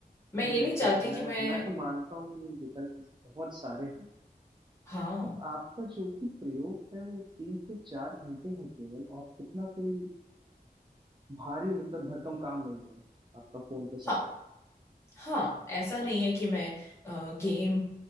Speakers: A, on the left; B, on the right.
A: मैं ये
B: बिल्कुल
A: नहीं चाहती कि
B: मैं
A: मैं
B: मैं तो मानता हूँ कि विकल्प बहुत सारे हैं
A: हाँ
B: तो आपका जो भी प्रयोग है वो तीन से चार घंटे है केवल और इतना कोई भारी मतलब भरकम काम नहीं है आपका फोन के साथ
A: हाँ, हाँ ऐसा नहीं है कि मैं गेम